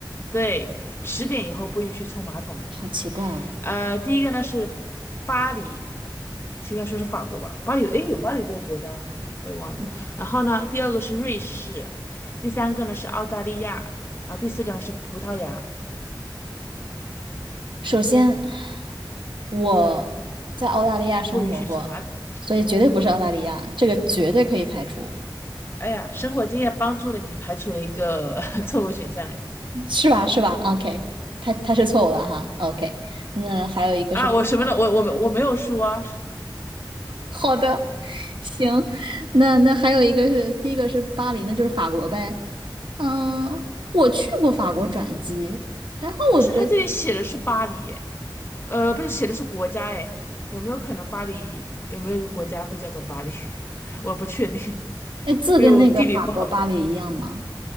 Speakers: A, on the left (about 25°); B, on the right (about 80°).
A: 对，十点以后不允许冲马桶。
B: 好奇怪啊！
A: 呃，第一个呢是巴黎，应该说是法国吧？巴黎有，诶，有巴黎这个国家吗？我也忘了。
B: 嗯，
A: 然后呢，第二个是瑞士，第三个呢是澳大利亚，然后第四个呢是葡萄牙，
B: 首先我在澳大利亚生活过，
A: 不允许冲马桶。
B: 所以绝对不是澳大利亚，这个绝对可以排除，
A: 哎呀，生活经验帮助了你，排除了一个 <laughs> 错误选项。哎，
B: 是吧？是吧？OK，他他是错误的哈。OK，那还有一个是
A: 啊，我什么了？我我没我没有说啊，
B: 好的，<laughs> 行，那那还有一个是第一个是巴黎，那就是法国呗。嗯，我去过法国转机，然后我觉得，
A: 但是他这里写的是巴黎，哎，呃，不是写的是国家，哎，有没有可能巴黎有没有一个国家会叫做巴黎？<laughs> 我不确定，
B: 哎，字跟那个法国巴黎一样吗？
A: 因为我地理不好。